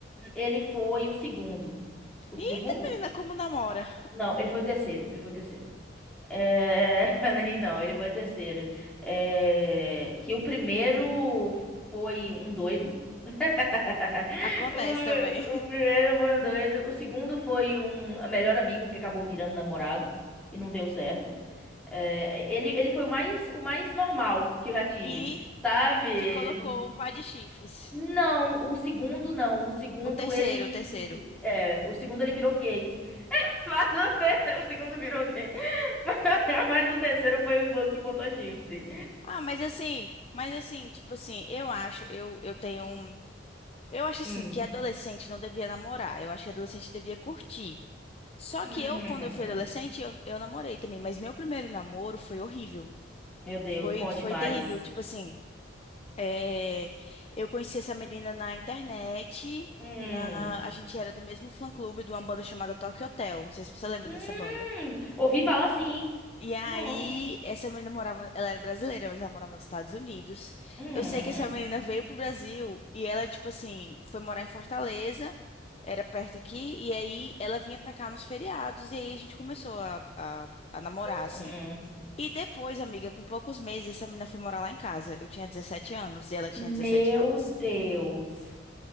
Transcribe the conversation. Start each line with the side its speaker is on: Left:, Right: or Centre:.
Centre: Ele foi o segundo. O
Left: Eita,
Centre: segundo?
Left: menina, como namora?
Centre: Não, ele foi o terceiro. Ele foi o terceiro. É... <laughs> aí Não, ele foi terceiro. É, Que o primeiro foi um doido. <laughs>
Left: Acontece
Centre: O,
Left: também. <laughs>
Centre: o primeiro foi um doido. O segundo foi um melhor amigo que acabou virando namorado e não deu certo. É, Ele, ele foi o mais, o mais normal que eu já tive,
Left: E
Centre: sabe?
Left: te colocou
Centre: Não,
Left: um par de chifres.
Centre: não, o segundo não. O segundo
Left: O terceiro,
Centre: ele.
Left: o terceiro.
Centre: É, o segundo ele virou gay. <laughs> Mas o, ter- o segundo virou gay. <laughs> Mas o terceiro foi o que botou chifre.
Left: Ah, mas assim, mas assim, tipo assim, eu acho, eu eu tenho um Eu acho assim
Centre: Hum.
Left: que adolescente não devia namorar. Eu acho que adolescente devia curtir. Só
Centre: Hum.
Left: que eu, quando eu fui adolescente, eu, eu namorei também. Mas meu primeiro namoro foi horrível.
Centre: Meu Deus,
Left: Foi,
Centre: conte
Left: foi
Centre: mais.
Left: terrível. Tipo assim, é, eu conheci essa menina na internet.
Centre: Hum.
Left: Na, a gente era do mesmo fã-clube de uma banda chamada Tokyo Hotel. Não sei se você lembra
Centre: Hum.
Left: dessa banda.
Centre: Ouvi falar assim.
Left: E aí,
Centre: Nossa.
Left: essa menina morava, ela era brasileira, mas ela morava nos Estados Unidos.
Centre: Hum.
Left: Eu sei que essa menina veio pro Brasil e ela, tipo assim, foi morar em Fortaleza, era perto aqui, e aí ela vinha pra cá nos feriados, e aí a gente começou a, a, a namorar,
Centre: Hum.
Left: assim. E depois, amiga, com poucos meses, essa menina foi morar lá em casa. Eu tinha 17 anos e ela
Centre: Meu
Left: tinha 17 anos.
Centre: Deus.